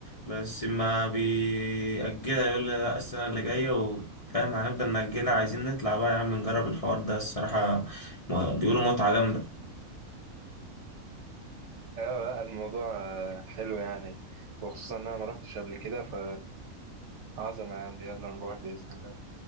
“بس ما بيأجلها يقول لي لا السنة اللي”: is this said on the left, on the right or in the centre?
Left